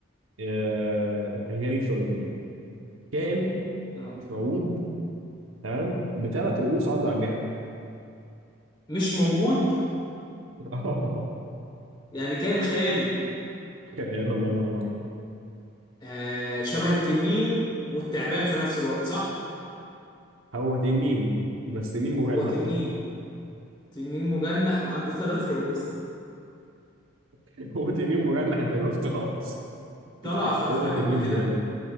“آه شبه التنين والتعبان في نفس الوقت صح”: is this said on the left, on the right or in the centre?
Left